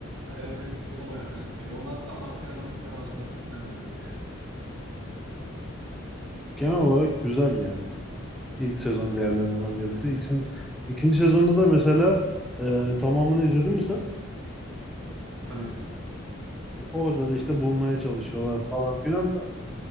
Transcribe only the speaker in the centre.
genel olarak güzeldi yani. İlk sezonu değerlendirmem gerekirse. İkinci, ikinci sezonda da mesela e, tamamını izledin mi sen?
Orada da işte bulmaya çalışıyorlar falan filan da.